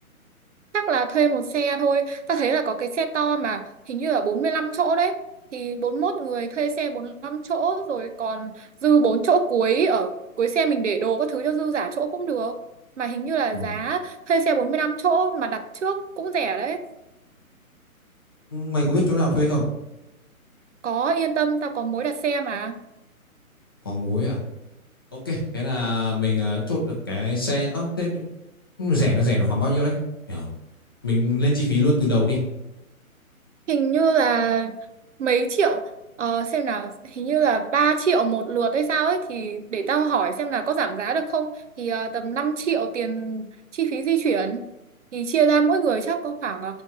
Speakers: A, on the right; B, on the left.
A: chắc là thuê một xe thôi ta thấy là có cái xe to mà hình như là 45 chỗ đấy thì 41 người thuê xe 45 chỗ rồi còn dư 4 chỗ cuối ở cuối xe mình để đồ các thứ cho dư giả chỗ cũng được mà hình như là
B: Ừ.
A: giá thuê xe 45 chỗ mà đặt trước cũng rẻ đấy
B: mày có biết chỗ nào thuê không
A: có yên tâm tao có mối đặt xe mà
B: có mối à ok thế là mình à, chốt được cái xe nhá. Ơ, thế Ừ, rẻ là rẻ là khoảng bao nhiêu đấy kiểu mình lên chi phí luôn từ đầu đi
A: Hình như là mấy triệu ờ, xem nào hình như là 3 triệu một lượt hay sao ấy thì để tao hỏi xem là có giảm giá được không thì ờ, tầm 5 triệu tiền chi phí di chuyển thì chia ra mỗi người chắc có khoảng